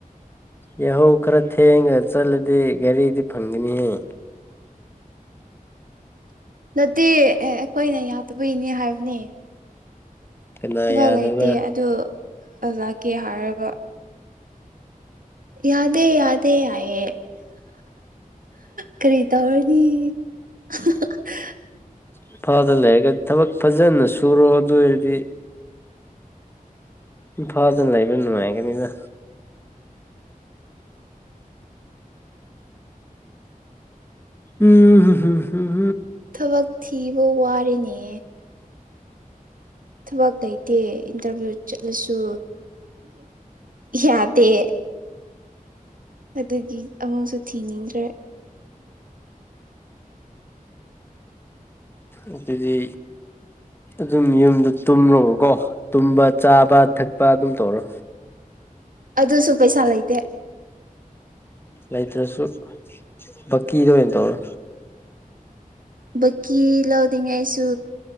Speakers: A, on the left (about 15°); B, on the right (about 70°).
A: ꯌꯥꯍꯧ ꯈꯔ ꯊꯦꯡꯉ ꯆꯠꯂꯗꯤ ꯒꯥꯔꯤꯗꯤ ꯐꯪꯒꯅꯤꯍꯦ
B: ꯅꯠꯇꯦ ꯑꯦ ꯑꯩꯈꯣꯏꯅ ꯌꯥꯗꯕꯩꯅꯦ ꯍꯥꯏꯕꯅꯦ
A: ꯀꯅꯥ
B: ꯊꯕꯛ
A: ꯌꯥꯗꯕ
B: ꯂꯩꯇꯦ ꯑꯗꯨ ꯖꯀꯦ ꯍꯥꯏꯔꯒ ꯌꯥꯗꯦ ꯌꯥꯗꯦ ꯍꯥꯏꯌꯦ ꯀꯔꯤꯇꯧꯔꯅꯤ <unintelligible>
A: ꯏꯝꯐꯥꯜꯗ ꯂꯩꯔꯒ ꯊꯕꯛ ꯐꯖꯅ ꯁꯨꯔꯣ ꯑꯗꯨ ꯑꯣꯏꯔꯗꯤ ꯏꯝꯐꯥꯜꯗ ꯂꯩꯕ ꯅꯨꯡꯉꯥꯏꯒꯅꯤꯅ ꯎꯝ
B: ꯊꯕꯛ ꯊꯤ ꯄꯨꯋꯥꯔꯤꯅꯦ ꯊꯕꯛ ꯂꯩꯇꯦ ꯏꯟꯇꯔꯚꯤꯌꯨ ꯆꯠꯂꯁꯨ ꯌꯥꯗꯦ ꯑꯗꯨꯒꯤ ꯑꯃꯨꯛꯁꯨ ꯊꯤꯅꯤꯡꯗ꯭ꯔꯦ
A: ꯑꯗꯨꯗꯤ ꯑꯗꯨꯝ ꯌꯨꯝꯗ ꯇꯨꯝꯂꯣꯕꯀꯣ ꯇꯨꯝꯕ ꯆꯥꯕ ꯊꯛꯄ ꯑꯗꯨꯝ ꯇꯧꯔꯣ
B: ꯑꯗꯨꯁꯨ ꯄꯩꯁꯥ ꯂꯩ ꯇꯦ
A: ꯂꯩꯇ꯭ꯔꯁꯨ ꯕꯛꯀꯤꯗ ꯑꯣꯏꯅ ꯇꯧꯔꯣ
B: ꯕꯛꯀꯤ ꯂꯧꯅꯤꯡꯉꯥꯏꯁꯨ